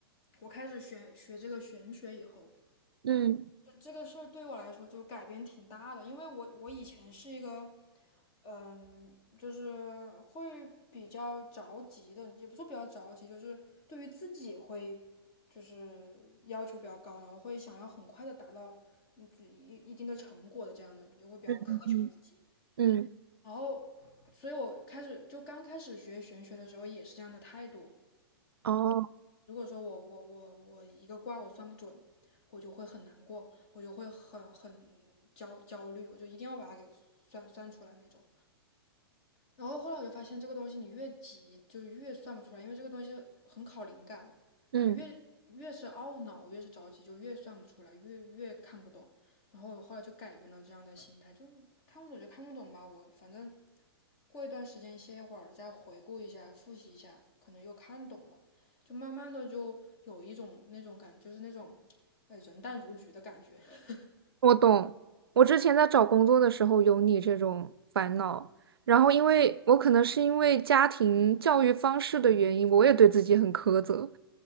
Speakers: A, on the left; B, on the right.
A: 我开始学学这个玄学以后。
B: 嗯
A: 这个事儿对我来说就改变挺大的，因为我我以前是一个，嗯，就是会比较着急的，也不说比较着急，就是对于自己会就是要求比较高，然后会想要很快的达到嗯自己一一定的成果的这样的人，就会比较苛求自己。
B: 嗯嗯。
A: 然后，所以我开始就刚开始学玄学的时候也是这样的态度，
B: 哦，
A: 如果说我我我我一个卦我算不准，我就会很难过，我就会很很焦焦虑，我就一定要把它给算算出来那种。然后后来我就发现，这个东西你越急就越算不出来，因为这个东西很考灵感嘛。
B: 嗯，
A: 你越越是懊恼，越是着急，就越算不出来，越越看不懂。然后我后来就改变了这样的心态，就看不懂就看不懂吧，我反正过一段时间歇一会儿，再回顾一下，复习一下，可能又看懂了，就慢慢的就有一种那种感，就是那种呃人淡如菊的感觉。<laughs>
B: 我懂。我之前在找工作的时候有你这种烦恼，然后因为我可能是因为家庭教育方式的原因，我也对自己很苛责，